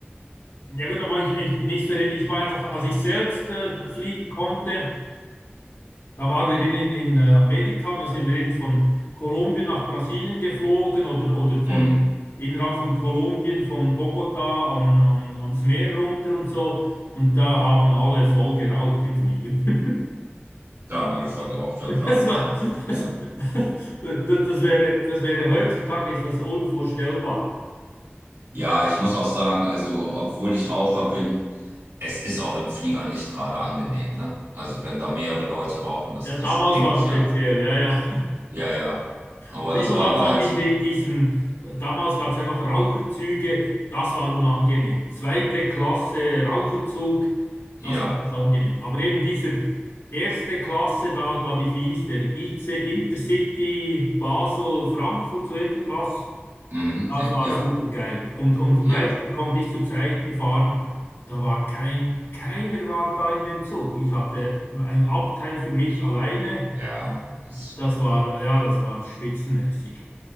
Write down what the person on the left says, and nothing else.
ja gut, da mache ich mich nicht verrückt. Ich mache einfach, als ich selbst äh, fliegen konnte, da waren wir eben in, in äh, Amerika, und da sind wir eben von Kolumbien nach Brasilien geflogen oder, oder von
innerhalb von Kolumbien, von Bogota an, an, ans Meer runter und so. Und da haben alle voll geraucht im Fliegen. <laughs>
Das war,
das, das, das wäre, das wäre heutzutage ist das unvorstellbar.
Ja,
damals
war es speziell,
ja, ja.
Und ich
muss
auch
sagen,
in
de, diesen, damals gab es ja noch Raucherzüge, das war unangenehm. Zweite Klasse Raucherzug, das
war nicht angenehm. Aber eben dieser erste Klasse da, glaube ich, wie hieß der? IC Intercity Basel Frankfurt, so irgendwas.
Das
war
super geil. Und, und
meistens konnte ich zu Zeiten fahren, da war kein, keiner war da in dem Zug. Ich hatte ein Abteil für mich alleine.
Das war, ja, das war spitzenmäßig.